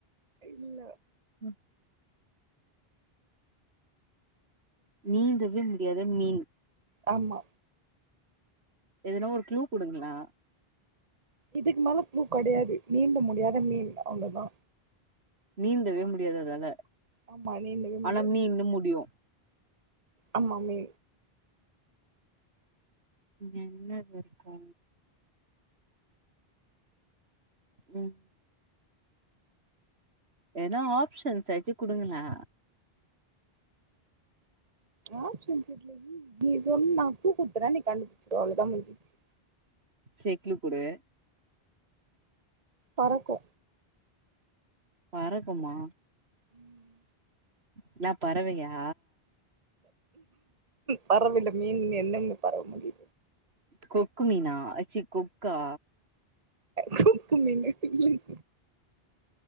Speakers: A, on the right; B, on the right.
A: இல்ல
B: ம் நீந்தவே முடியாத மீன்
A: ஆமா
B: எதுனா ஒரு க்ளூ குடுங்ளே
A: இதுக்கு மேல க்ளு கெடையாது நீந்த முடியாத மீன் அவ்ளதா
B: நீந்தவே முடியாது அதால
A: ஆமா நீந்தவே முடியாது
B: ஆனா மீன்னு முடியு
A: ஆமா மே
B: என்னது இருக்கு ம் எதுனா ஆப்ஷன்ஸ் ஆச்சு குடுங்களே
A: ம் ஆப்ஷன்ஸ் இதுல ம் நீ சொல் நா க்ளு கு இப்பதா நீ கண்டுபுச்சது அவ்ளதா முஞ்சுச்சு
B: சே க்ளு குடு
A: பறக்கு
B: பறக்குமா
A: ம்
B: இன்னா பறவையா
A: பறவைல மீன் என்னன்னு பறவ முடிய
B: கொக்கு மீனா அ சி கொக்கா
A: கொக்கு மீனு இல்ல